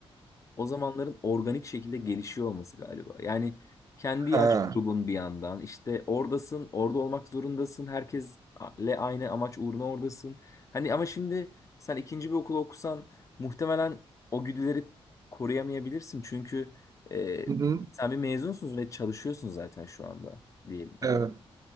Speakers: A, on the left; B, on the right.
A: o zamanların organik şekilde gelişiyor olması galiba. Yani kendi yaş
B: Ha.
A: grubun bir yandan işte oradasın, orada olmak zorundasın. Herkesle aynı amaç uğruna oradasın. Hani ama şimdi sen ikinci bir okul okusan muhtemelen o güdüleri koruyamayabilirsin. Çünkü e,
B: Hı hı.
A: sen bir mezunsun ve çalışıyorsun zaten şu anda diyelim. Hani
B: Evet.